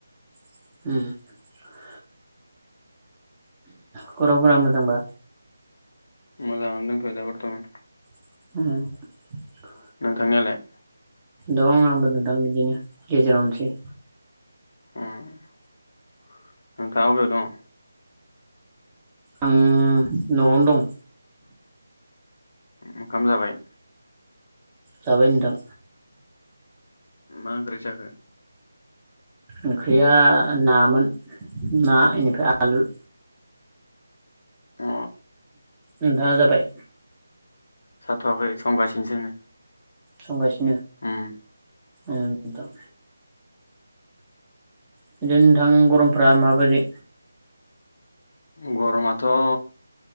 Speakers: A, on the right (about 15°); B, on the left (about 50°).
A: <inaudible> खौरांफोरा मोजांबा?
B: मोजांयानो दंथ'यो बरथमान।
A: <inaudible>
B: नोंथांनियालाय?
A: दं आंबो नोंथां बिदिनो गेजेरावनोसै।
B: ओं नोंथाङा बबेयाव दं
A: आं न'आवनो दं।
B: ओंखाम जाबाय?
A: जाबाय नोंथां
B: मा ओंख्रि जाखो?
A: ओंख्रिया नामोन ना इनिफ्राय आलु
B: आ
A: नोथाङा जाबाय?
B: जाथ'वाखै संगासिनो सोनो
A: संगासि
B: ओम
A: ओम दा ‌ बिदिनो नोंथां गरमफ्रा माबोरै
B: गरमाथ' ओ